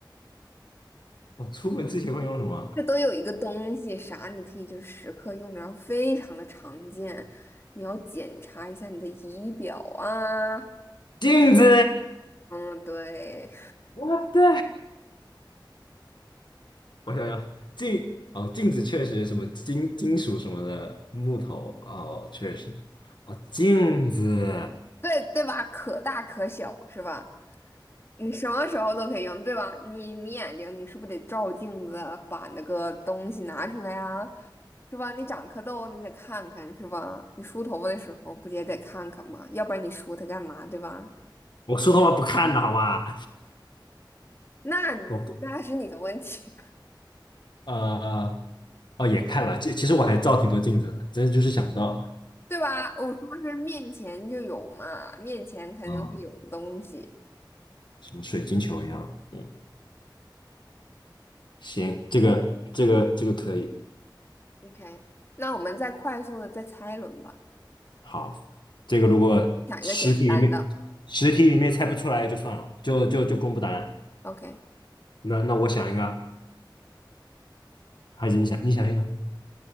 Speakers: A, on the left; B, on the left.
A: 我出门之前会用什么？
B: 这都有一个东西啥，你可以就时刻用着，然后非常的常见，你要检查一下你的仪表啊，
A: 镜子。
B: 嗯，对。
A: 我的。我想想，镜哦，镜子确实什么金金属什么的，木头哦，确实哦，镜子，
B: 对对吧？可大可小是吧？你什么时候都可以用，对吧？你眯眼睛，你是不是得照镜子，把那个东西拿出来啊？是吧？你长颗痘，你得看看是吧？你梳头发的时候不也得看看吗？要不然你梳它干嘛，对吧？
A: 我说的话不看的好吗？
B: 那你那是你的问题，
A: 我呃哦也看了，其其实我还照挺多镜子的，真的就是想不到，
B: <laughs> 对吧？我说是面前就有嘛，面前肯定会有的东西。
A: 嗯，什么水晶球一样，嗯，行，这个这个这个可以，
B: OK，那我们再快速的再猜一轮吧。
A: 好，这个如果实体里面实体里面猜不出来就算了，
B: 嗯，想一个简单的。
A: 就就就公布答案。
B: OK。
A: 那那我想一个啊还是你想你想一个？